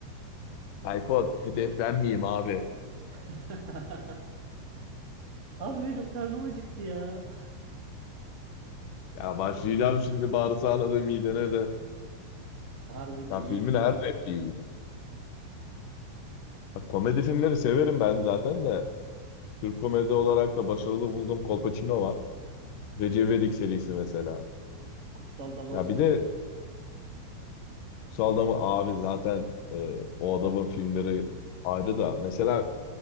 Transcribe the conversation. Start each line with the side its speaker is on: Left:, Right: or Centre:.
Left: Tayfun hedef ben miyim abi?
Right: <laughs> Abi benim karnım acıktı ya.
Left: Ya başlayacağım şimdi bağırsağına da midene de.
Right: <laughs> Harbi
Left: Ya
Right: de iyi
Left: filmin
Right: bir filmdi.
Left: her repliği. iyi. Bak, komedi filmleri severim ben zaten de. Türk komedi olarak da başarılı bulduğum Kolpaçino var. Recep İvedik serisi mesela.
Right: Kutsal Damacana.
Left: Ya bir de Kutsal mı abi zaten e, o adamın filmleri ayrı da. Mesela